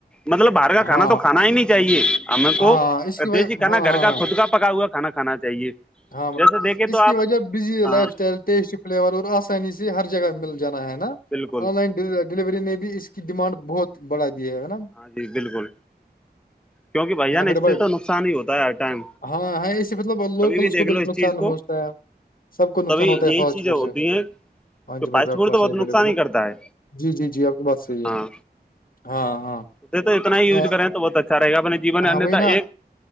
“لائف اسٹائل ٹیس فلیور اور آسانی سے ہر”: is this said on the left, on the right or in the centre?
Left